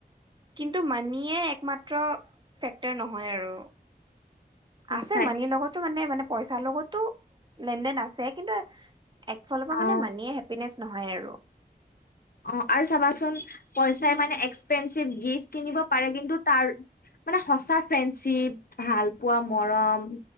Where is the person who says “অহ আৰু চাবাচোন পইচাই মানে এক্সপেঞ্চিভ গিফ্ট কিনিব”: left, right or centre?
Left